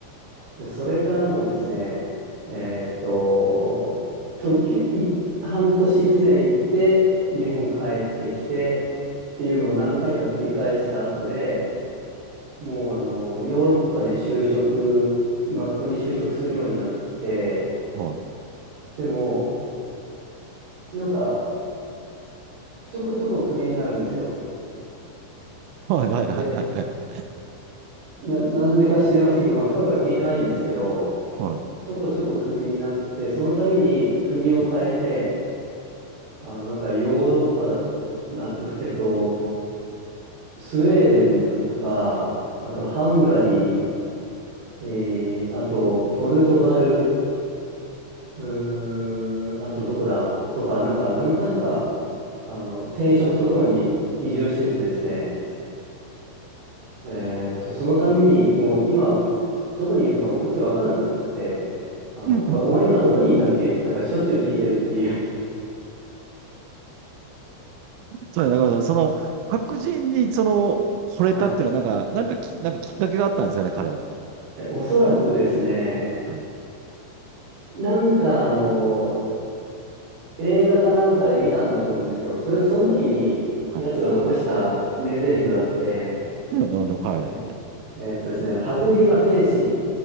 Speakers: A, on the right; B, on the right.
A: で、それからもですね、えーっと、時、い、半年一年行って、日本帰ってきてっていうのを何回か繰り返した後で、もうあの、ヨーロッパで就職、まっとうに就職するようになって、
B: はい、<laughs>
A: でも、なんか、ちょこちょこクビになるんですよ。
B: はい、はい、はい、
A: で、
B: はい、はい。
A: な、なんでか知りませんけど、まあ、深くは聞いてないんですけど、
B: はい、
A: ちょこちょこクビになって、その度に国を変えて、
B: はい
A: あの、なんかヨーロッパだ、な、えっと、スウェーデンだとか、あとハンガリー、えーあとポルトガル、うーん、あとどこだとか、なんか何箇所か、あの、転職とともに移住しててですね、えーっと、そのたんびに、もう今、どこにいるのかもこっちわかんなくなっちゃって、あの、
B: <laughs>。
A: お、お前今どこにいるんだっけってなんかしょっちゅう聞いてるっていう。
B: そうね、中村さん。その、白人にその、惚れたっていうのはなんか、
A: <laughs> はい。
B: なんかき、なんかきっかけがあったんですかね、彼は。
A: え、おそらくですね、
B: はい、
A: なんかあの、映画かなんかで見たんだと思うんですよ。それ、その時に、
B: はい。
A: やつが残した名台詞があって、
B: なるほど、はい、
A: え、えーっとですね、白人は天使。